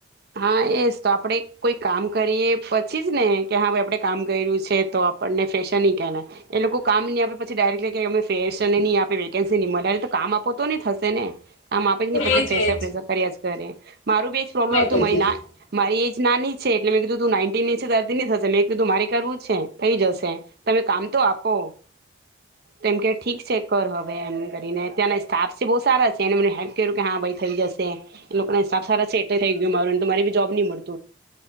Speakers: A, on the right (about 50°); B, on the left (about 85°).
A: હા, એજ તો આપડે કોઈ કામ કરીએ પછી જ ને કે હા ભાઈ આપડે કામ કયરૂ છે, તો આપણને ફેશન નહી કેઆના એ લોકો કામ ની આપે પછી ડાયરેક્ટલી કે અમે ફેશનને ની આપે વેકેન્સી ની મલે અરે તો કામ આપો તો ની થશ છે ને આમ આપે જ ની પછી
B: એજ
A: ફેશર
B: એજ
A: ફેશર કરી એસ કરે મારો બી એજ પ્રોબ્લ
B: તજી હતી
A: મારી એજ નાની છે, એટલે મેં કીધું તું નાયન્ટીન છે તો એ ધીમે થશે મેં કીધું મારે કરવું છે થઈ જશે. તમે કામ તો આપો કેમ કે ઠીક છે કર હવે એમ કરીને ત્યાંના સ્ટાફ છે બહું સ સારા છે, એને મને હેલ્પ કર્યું કે હા ભાઈ થઈ જશે એ લોકોના હિસાબ સારા છે એટલે થઈ ગ ને મારુંન તો મારી બી જોબ ની મળી.